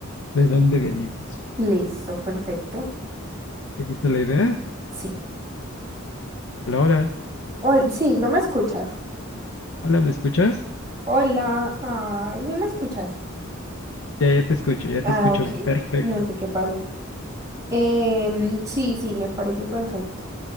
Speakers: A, on the left; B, on the right.
A: ¿De dónde venimos?
B: Listo, perfecto.
A: ¿Te gusta la idea?
B: Sí.
A: Hola, hola,
B: Ol- sí, no me escuchas.
A: hola, ¿me escuchas?
B: Hola, ay, no me escuchas.
A: Ya, ya te escucho, ya
B: Ah,
A: te escucho
B: ok,
A: bien. Perfecto,
B: no sé qué pasó. Em, sí, sí, me parece perfecto